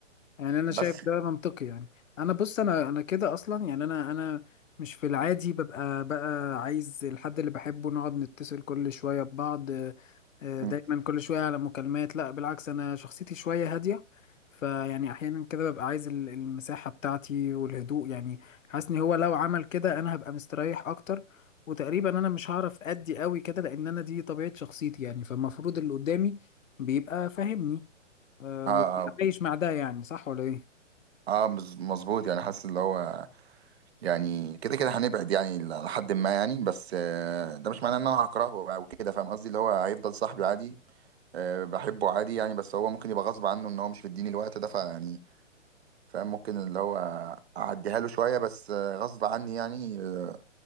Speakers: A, on the left; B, on the right.
A: يعني انا شايف
B: بس
A: ده منطقي يعني انا بص انا انا كده اصلا يعني انا انا مش في العادي ببقى بقى عايز الحد اللي بحبه نقعد نتصل كل شويه ببعض آه، آه،
B: مم.
A: دايما كل شويه على مكالمات لا بالعكس انا شخصيتي شويه هاديه فيعني احيانا كده ببقى عايز ال- المساحه بتاعتي والهدوء يعني حاسس ان هو لو عمل كده انا هبقى مستريح اكتر وتقريبا انا مش هعرف ادي قوي كده لان انا دي طبيعه شخصيتي يعني فالمفروض اللي قدامي بيبقى فاهمني آه،
B: اه
A: وكنت
B: اه,
A: عايش مع ده يعني صح ولا ايه
B: آه مز- مظبوط يعني حاسس اللي هو يعني كده كده هنبعد يعني لحد ما يعني بس آه، ده مش معناه ان انا هكرهه او كده فاهم قصدي اللي هو هيفضل صاحبي عادي آه، بحبه عادي يعني بس هو ممكن يبقى غصب عنه ان هو مش مديني الوقت ده فيعني فاهم ممكن اللي هو اعديها له شوية بس آه، غصب عني يعني آه،